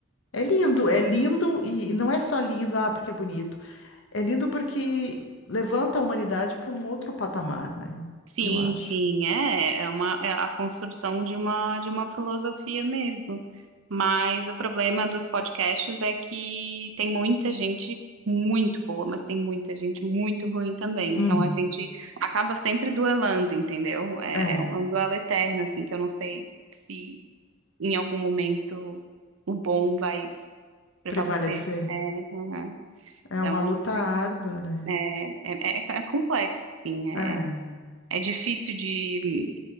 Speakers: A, on the left (about 70°); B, on the right (about 80°).
A: É lindo, é lindo e e não é só lindo, ah, porque é bonito. É lindo porque levanta a humanidade para um outro patamar, né?
B: Sim,
A: Eu acho.
B: sim, é, é uma é a construção de uma de uma filosofia mesmo. Mas o problema dos podcasts é que tem muita gente muito boa, mas tem muita gente muito ruim também. Então
A: Uhum.
B: a gente acaba sempre duelando, entendeu? É,
A: É.
B: é um duelo eterno, assim, que eu não sei se em algum momento o bom vai prevalecer.
A: prevalecer.
B: É, uhum.
A: É
B: Então
A: uma
B: eu
A: luta
B: não
A: árdua,
B: sei.
A: né?
B: É, é, é- é complexo, assim, é,
A: É,
B: é difícil de...